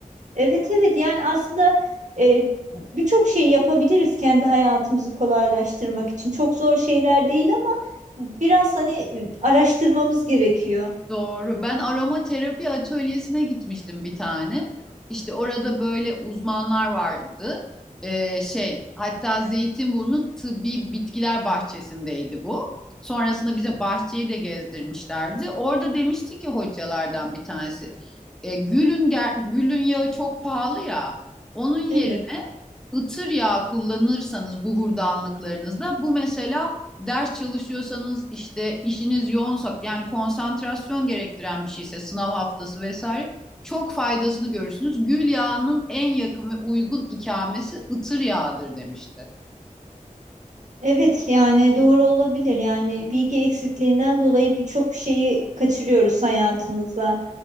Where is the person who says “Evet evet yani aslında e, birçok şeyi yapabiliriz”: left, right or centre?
Right